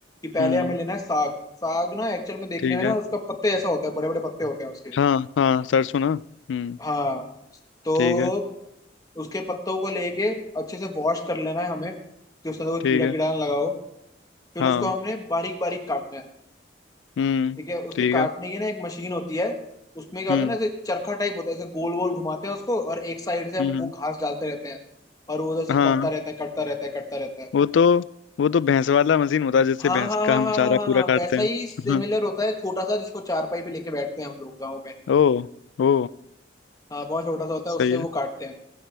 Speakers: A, on the left (about 20°); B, on the left (about 85°).
A: पहले
B: हम्म
A: हमें लेना है साग साग ना एक्चुअल में देखने
B: ठीक
A: में ना
B: है
A: उसका पत्ते जैसा होता है बड़े बड़े पत्ते होते हैं उसके
B: हाँ हाँ सरसों ना हम्म
A: हाँ तो
B: ठीक है
A: उसके पत्तों को लेके अच्छे से वॉश कर लेना है हमें कि उसके अंदर कोई
B: ठीक
A: कीड़ा
B: है
A: कीड़ा ना लगा हो फिर
B: हाँ
A: उसको हमने बारीक बारीक काटना है
B: हम्म
A: ठीक है उसके
B: ठीक
A: काटने
B: है
A: की ना एक मशीन होती है उसमें क्या
B: हम्म
A: होता है ना ऐसे चरखा टाइप होता है ऐसे गोल गोल घुमाते हैं उसको और एक साइड से हम
B: हम्म हम्म,
A: वो घास डालते रहते हैं और वो उधर से
B: हाँ
A: कटता रहता है कटता रहता है कटता रहता है
B: वो तो वो तो भैंस वाला मशीन होता है जिससे
A: हाँ
B: भैंस
A: हाँ
B: का
A: हाँ
B: हम
A: हाँ
B: चारा
A: हाँ हाँ
B: पूरा
A: हाँ
B: काटते
A: वैसा
B: हैं
A: ही सिमिलर होता है छोटा सा जिसको चारपाई पे लेके बैठते हैं हम लोग गाँव में
B: <laughs> ओ ओ
A: हाँ बहुत छोटा सा होता
B: सही
A: है उससे
B: है
A: वो काटते हैं